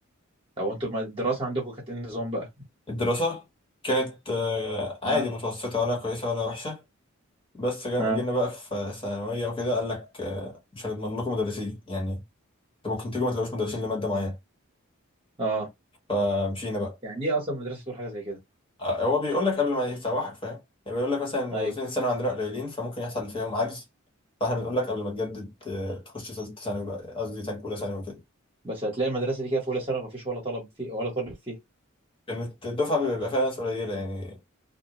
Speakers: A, on the right; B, on the left.
A: طب انتوا ما- الدراسه عندكم كانت ايه النظام بقى
B: الدراسه كانت أه عادي
A: اه
B: متوسطه ولا كويسه ولا وحشه بس جا-
A: اه
B: جينا بقى في ثانويه وكده قال لك أه مش هنضمن لكم مدرسين يعني انتوا ممكن تيجوا ما تلاقوش مدرسين لماده معينه
A: اه
B: فمشينا بقى
A: يعني ايه اصلا مدرسه تقول حاجه زي كده
B: آه، هو بيقول لك قبل ما يسوحك فاهم يعني بيقول لك مثلا المدرسين
A: ايوه
B: الثانوي عندنا قليلين فممكن يحصل فيهم عجز فاحنا بنقول لك قبل ما تجدد آه، تخش ثالثه ثانوي بقى قصدي تك- اولى ثانوي وكده
A: بس هتلاقي المدرسه دي كده في اولى ثانوي ما فيش ولا طلب فيه ولا طالب فيها
B: كانت الدفعه بيبقى فيها ناس قليله يعني